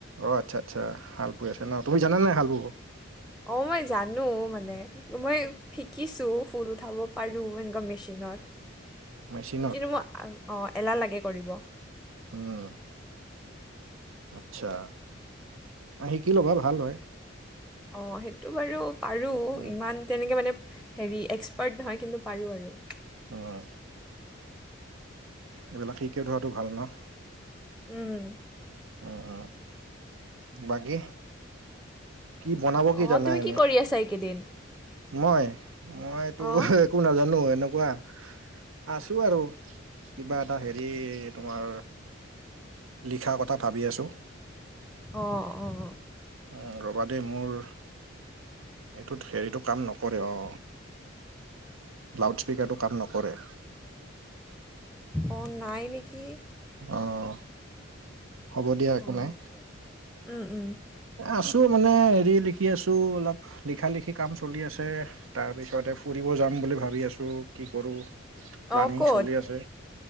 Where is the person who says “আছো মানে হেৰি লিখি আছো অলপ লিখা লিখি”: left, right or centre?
Right